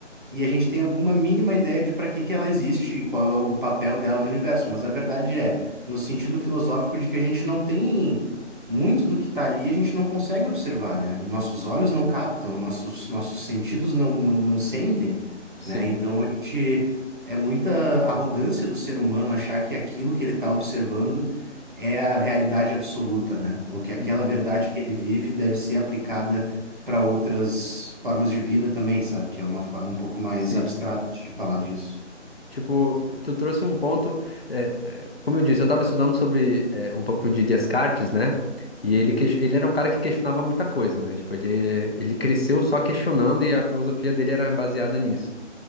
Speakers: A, on the right (about 45°); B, on the left (about 55°).
A: e a gente tem alguma mínima ideia de para que que ela existe e qual é o papel dela no universo. Mas a verdade é, no sentido filosófico de que a gente não tem muito do que está ali, a gente não consegue observar, né? Nossos olhos não
B: uhum.
A: captam, nossos, nossos sentidos não, não, não sentem,
B: Sim,
A: né? Então a gente é muita arrogância do ser humano achar que aquilo que ele está observando é a realidade absoluta, né? Ou que aquela
B: uhum,
A: verdade que ele vive deve ser aplicada para outras formas de vida também, sabe? Que é uma forma um pouco mais
B: sim.
A: abstrata de falar disso.
B: Tipo, tu trouxe um ponto. é, é, como eu disse, eu tava estudando sobre é, um pouco de Descartes, né? E ele, ques- ele era um cara que questionava muita coisa, né? Tipo, ele, ele cresceu só questionando e a filosofia dele era baseada nisso.